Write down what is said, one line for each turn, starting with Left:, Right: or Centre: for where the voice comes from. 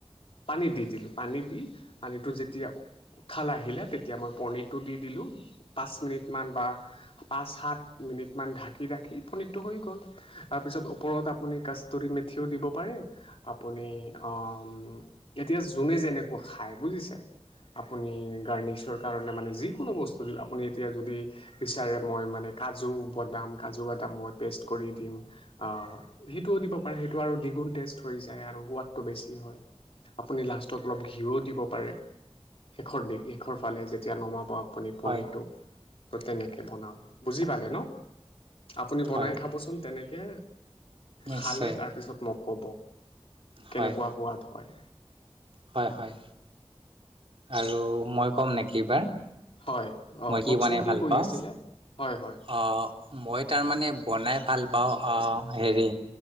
Left: পানীত দি দিলোঁ পানী দি পানীটো যেতিয়া <unintelligible> আহিলে তেতিয়া মই পনীটো দি দিল লো পাঁচ মিনিটমান বা পাঁচ সাত মিনিটমান ঢাকি ৰাখি পনীৰটো হৈ গ'ল। তাৰপিছত ওপৰত আপুনি কস্তুৰী মেথিও দিব পাৰে। পুনি অ', এতিয়া যোনে যেনেকুৱা খাই বুজিছে। আপুনি গাৰ্ণিছৰ কাৰণে মানে যিকোনো বস্তু, আপুনি এতিয়া যদি বিচাৰে, মই মানে কাজু, বাদাম কাজু বাদাম মই পেষ্ট কৰি দিম, অ', সেইটোও দিব পাৰে, সেইটো আৰু দুগুন টেষ্ট হৈ যায়। তে আৰু সোৱাদটো অলপ বেছি হয়, আপুনি লাষ্টত অলপ ঘিঁউও দিব পাৰে। শেষৰ দি শেষৰ ফালে যেতিয়া নমাব। মানে পনীৰটো
Right: হয়
Left: ত' তেনেকে বনাও, বুজি পালে ন'? আপুনি বনাই
Right: হয়
Left: খাবচোন তেনেকে,
Right: নিশ্চয়
Left: খালে তাৰপিছত মোক ক'ব।
Right: হয়
Left: কেনেকুৱা সোৱাদ হয়।
Right: হয়, হয়। আৰু মই কম নেকি এইবাৰ?
Left: হয়, অ',
Right: মই
Left: কওঁকচোন
Right: বনাই
Left: কি
Right: ভাল
Left: কৈ
Right: পাওঁ
Left: আছিলে? হয় হয়
Right: অ', মই তাৰমানে বনাই ভাল পাওঁ, অ', হেৰি,